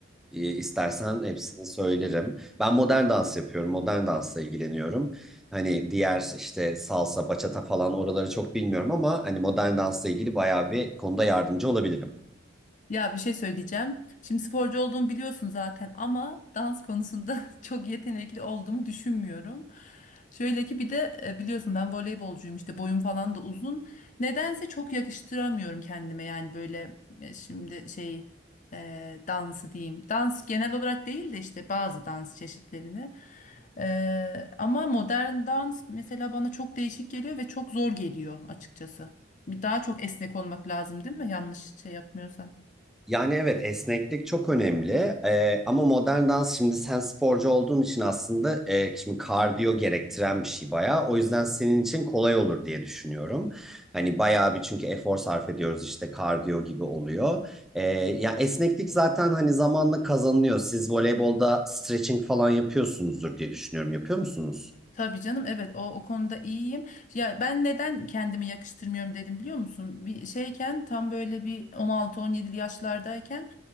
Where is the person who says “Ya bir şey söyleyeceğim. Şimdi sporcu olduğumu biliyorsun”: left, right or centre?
Left